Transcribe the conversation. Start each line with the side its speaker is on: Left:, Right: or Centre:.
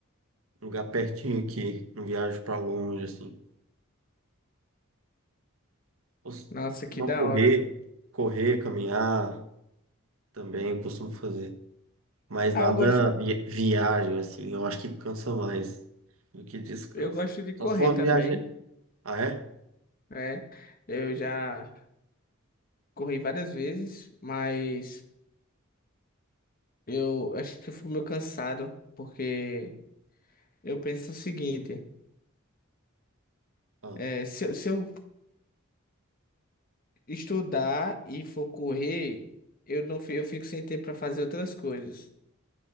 Right: um lugar pertinho aqui, não viajo para longe assim. Cos-
Left: Nossa, que
Right: Não
Left: da
Right: correr,
Left: hora.
Right: correr, caminhar também eu costumo fazer, mas
Left: Ah,
Right: nada
Left: eu gosto,
Right: vi- viagem assim. Eu acho que cansa mais do que descanso.
Left: eu gosto de correr
Right: Só se for
Left: também,
Right: uma viagem, ah é?
Left: né? Eu já corri várias vezes, mas eu acho que eu fico meio cansado, porque eu penso o seguinte,
Right: Ah.
Left: é, se, eu- se eu estudar e for correr, eu não fi- eu fico sem tempo para fazer outras coisas.